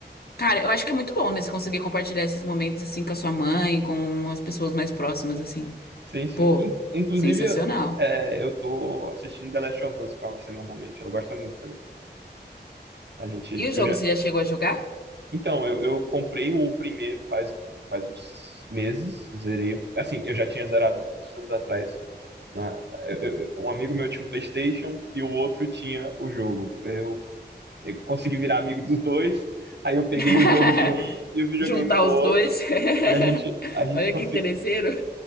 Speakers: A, on the left; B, on the right.
A: cara, eu acho que é muito bom, né, você conseguir compartilhar esses momentos, assim, com a sua mãe, com as pessoas mais próximas, assim.
B: Sim, sim.
A: Pô,
B: In- Inclusive,
A: sensacional.
B: é, eu tô assistindo The Last of Us com ela semanalmente. Ela gosta muito também. A gente,
A: E o
B: eu
A: jogo,
B: já,
A: você já chegou a jogar?
B: Então, eu, eu comprei o primeiro faz, um, faz uns meses, zerei. o- Assim, eu já tinha zerado há muitos anos atrás. Na- eu- eu- um amigo meu tinha um PlayStation e o outro tinha o jogo. Eu, eu consegui virar amigo dos dois, aí eu peguei
A: <laughs>
B: o jogo de um e o videogame
A: Juntar
B: do
A: os
B: outro,
A: dois?
B: e a gente,
A: <laughs>
B: a gente
A: Olha
B: conseguiu.
A: que interesseiro.